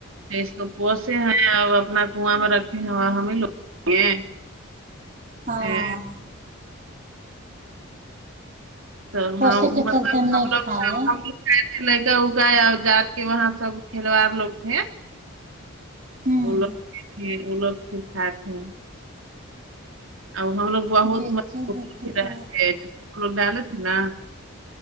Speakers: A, on the right; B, on the right.
A: اس کو پسے ہیں اور اپنا کنواں میں رکھ <unintelligible> ہاں ہمیں لو ہیں
B: ہاں
A: تو
B: پوسے
A: ہم
B: کے
A: مطلب
B: چلتے نہیں
A: ہم لوگ
B: کھائے
A: سب ہم لگا اگا جاات کے وہاں سب کھلوڑ لوگ تھ
B: ہوں
A: وہ لوگ تھے وہ لوگ پھر کھات تھے ا ہم لوگ بہت
B: بیچے
A: <unintelligible> م
B: دیتے
A: رہ
B: تو ہوں
A: لوگ ڈال تھے نا